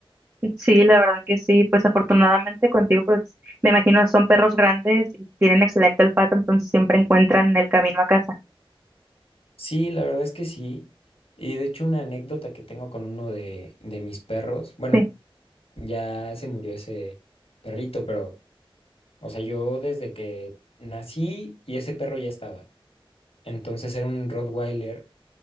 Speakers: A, on the right (about 25°); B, on the left (about 80°).
A: Sí, la verdad que sí. Pues afortunadamente contigo, pues me imagino son perros grandes y tienen excelente olfato, entonces siempre encuentran el camino a casa.
B: Sí, la verdad es que sí. Y de hecho una anécdota que tengo con uno de, de mis perros, bueno,
A: Sí.
B: ya se murió ese perrito, pero... O sea, yo desde que nací y ese perro ya estaba. Entonces era un Rottweiler